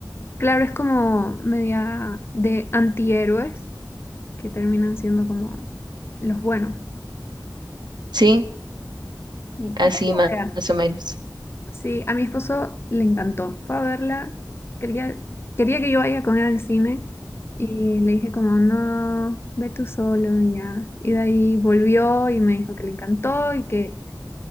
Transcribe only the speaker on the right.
Sí,
así
más,
más o menos.